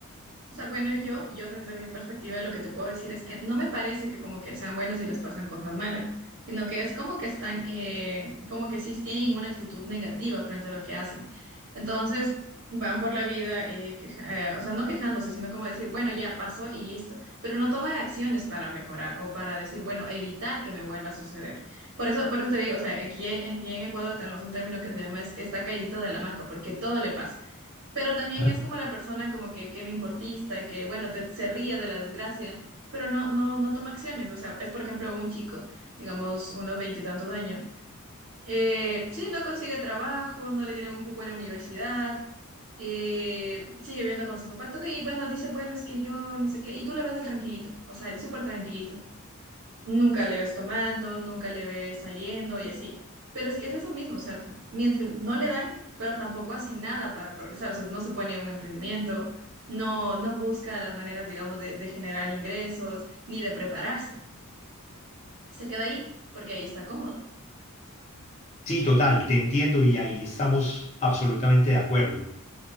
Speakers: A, on the right; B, on the left.
A: O sea, bueno, yo, yo desde mi perspectiva lo que te puedo decir es que no me parece que como que sean buenos y les pasan cosas malas, sino que es como que están, eh, como que sí tienen una actitud negativa frente a lo que hacen. Entonces, van por la vida, eh, queja- eh, o sea, no quejándose, sino como decir, bueno, ya pasó y listo, pero no toman acciones para mejorar o para decir, bueno, evitar que me vuelva a suceder. Por eso, por eso te digo, o sea, aquí, aquí en Ecuador tenemos un término que se llama es- está caidito de la hamaca, porque todo le pasa pero también
B: Ajá.
A: es como la persona como que, que me importista, que bueno, te, se ríe de la desgracia, pero no, no, no toma acciones. O sea, es por ejemplo un chico, digamos unos veintitantos años. Eh, sí, no consigue trabajo, no le dieron un cupo en la universidad, eh, sigue viviendo con sus papás, todo, y bueno, dice, bueno, es que yo, ni sé qué, y tú le ves el tranquilito, o sea, el súper tranquilito nunca le ves tomando, nunca le ves saliendo y así. Pero es que es eso mismo, o sea, mientras no le dan, pero tampoco hace nada para progresar, o sea, no se pone a un emprendimiento, no, no busca las maneras, digamos, de, de generar ingresos, ni de prepararse. Se queda ahí porque ahí está cómodo.
B: Sí, total, te entiendo y ahí estamos absolutamente de acuerdo.